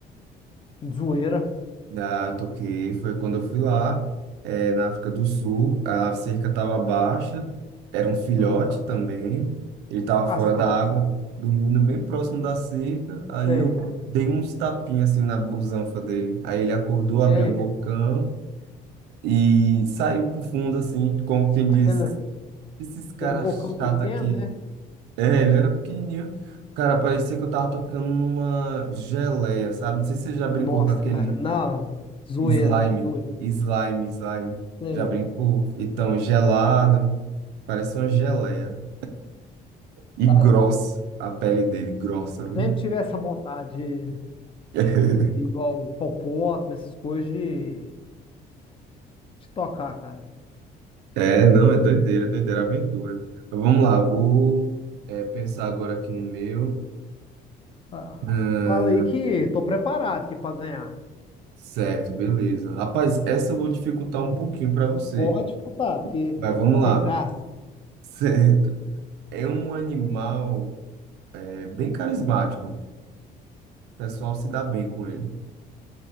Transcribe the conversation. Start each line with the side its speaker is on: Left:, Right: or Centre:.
Left: zoeira.
Right: Já toquei, foi quando eu fui lá, eh, na África do Sul, a cerca estava baixa, era um filhote
Left: Ah,
Right: também, ele estava
Left: ah,
Right: fora
Left: se tô
Right: da água, dormindo bem próximo da cerca, aí
Left: Sei.
Right: eu dei uns tapinhas assim na busanfa dele, aí ele acordou,
Left: E
Right: abriu
Left: aí?
Right: o bocão e saiu pro fundo assim, como quem
Left: Aquele,
Right: diz, esses caras
Left: aquele bocão pequeno,
Right: chatos aqui.
Left: né?
Right: É, ele era pequenininho. Cara, parecia que eu tava tocando numa geleia, sabe? Não sei se você já brincou
Left: Nossa,
Right: com aquele
Left: cara, na zoeira,
Right: slime.
Left: zoeira.
Right: Slime, slime.
Left: Sei.
Right: Já brincou? Então, gelado. Parece uma geleia. E
Left: Cara,
Right: grossa. A pele dele, grossa, viu?
Left: sempre tive essa vontade,
Right: <laughs>
Left: igual popó, essas coisas, de, de tocar, cara.
Right: É, não, é doideira, doideira, é aventura. Mas vamos lá, vou é, pensar agora aqui no meu.
Left: Ah,
Right: Ah,
Left: fala aí que tô preparado aqui pra ganhar.
Right: Certo, beleza. Rapaz, essa eu vou dificultar um pouquinho pra você.
Left: Pode disputar, porque
Right: Mas vamos
Left: pra ter
Right: lá.
Left: graça.
Right: <laughs> Certo. É um animal é, bem carismático. O pessoal se dá bem com ele.